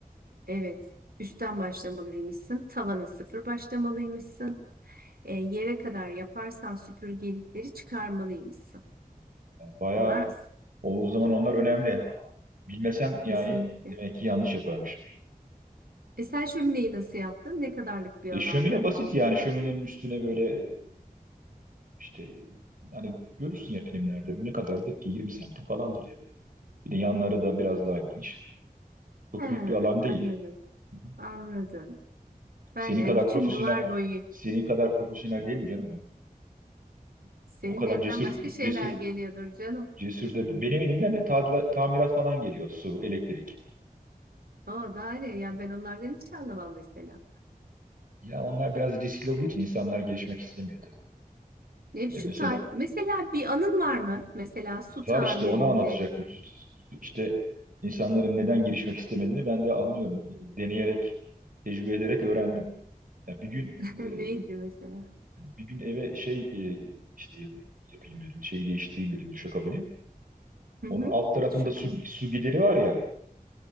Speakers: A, on the right; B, on the right.
A: Evet. Üstten başlamalıymışsın. Tavana sıfır başlamalıymışsın. E, yere kadar yaparsan süpürgelikleri çıkarmalıymışsın.
B: Bayağı
A: Bunlar
B: o zaman onlar önemli. Bilmesem yani
A: <laughs> kesinlikle.
B: demek ki yanlış yaparmış.
A: E sen şömineyi nasıl yaptın? Ne kadarlık bir
B: E,
A: alandı?
B: şömine basit yani şöminenin üstüne böyle işte hani görürsün ya filmlerde ne kadardır ki 20 santim falandır yani. Bir de yanları da biraz daha geniş. Çok
A: He,
B: büyük bir alan
A: anladım.
B: değil. Hı hı.
A: Anladım. Ben
B: Senin
A: yani
B: kadar
A: bütün
B: profesyonel
A: duvar boyu
B: senin kadar profesyonel değilim canım. ben.
A: senin
B: O kadar
A: dilinden
B: cesur
A: başka şeyler
B: cesur
A: geliyordur canım.
B: cesur da benim elimden de tadila- tamirat falan geliyor su, elektrik.
A: O daha ne? Yani ben onlardan hiç anlamam mesela.
B: Ya onlar biraz riskli olduğu için insanlar gelişmek istemiyor tabii.
A: Ne şu
B: E, mesela
A: ta mesela bir anın var mı? Mesela su tamiriyle
B: Var işte onu anlatacaktım. Sü- sü- İşte insanların neden girişmek istemediğini ben de anlıyorum. Deneyerek, tecrübe ederek öğrendim. Ya bir gün
A: <laughs> neydi
B: e,
A: mesela?
B: bir gün eve şey e, işte yap- yapayım dedim, şeyi değiştireyim dedim duşakabini.
A: Hı
B: Onun
A: hı.
B: alt tarafında
A: Şaka.
B: su,
A: mı?
B: su gideri var ya.